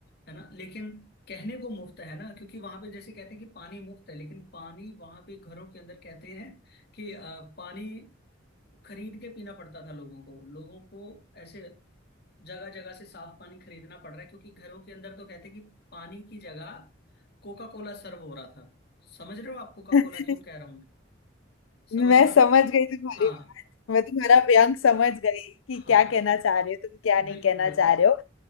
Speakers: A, on the left; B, on the left.
A: है ना लेकिन कहने को मुफ्त है ना क्योंकि वहां पे जैसे कहते हैं कि पानी मुफ्त है लेकिन पानी वहां पे घरों के अंदर कहते हैं कि अ, पानी खरीद के पीना पड़ता था लोगों को लोगों को ऐसे जगह जगह से साफ पानी खरीदना पड़ रहा है क्योंकि घरों के अंदर तो कहते हैं कि पानी की जगह कोका कोला सर्व हो रहा था समझ रहे हो आप कोका
B: <laughs>
A: कोला क्यों कह रहा हूं मैं समझ
B: मैं
A: रहे हो
B: समझ
A: ना
B: गई तुम्हारी
A: हाँ
B: मैं तुम्हारा
A: तो
B: व्यंग समझ गई कि
A: हाँ
B: क्या कहना चाह रहे हो तुम क्या नहीं
A: बिल्कुल
B: कहना
A: बिल्कुल
B: चाह रहे हो